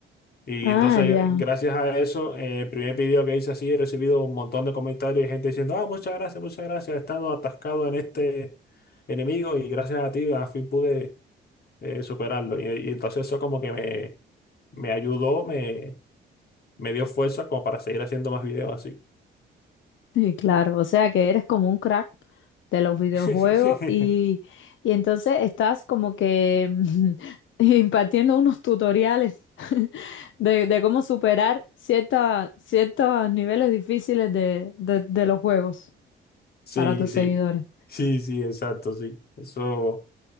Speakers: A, on the left; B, on the left.
A: Y
B: Ah,
A: entonces,
B: ya.
A: gracias a eso, eh, el primer video que hice así, he recibido un montón de comentarios y gente diciendo, ah, muchas gracias, muchas gracias, he estado atascado en este enemigo y gracias a ti al fin pude eh, superarlo. Y, y entonces eso como que me, me ayudó, me, me dio fuerza como para seguir haciendo más videos así.
B: Y claro, o sea que eres como un crack de los videojuegos
A: <laughs>
B: y, y entonces estás como que <laughs> impartiendo unos tutoriales <laughs> de, de cómo superar cierta- ciertos niveles difíciles de, de- de los juegos
A: Sí,
B: para tus
A: sí,
B: seguidores.
A: sí, sí, exacto, sí. Eso,